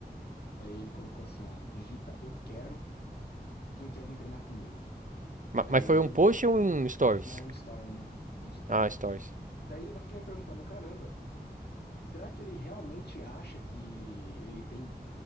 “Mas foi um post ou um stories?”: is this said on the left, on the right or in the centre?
Right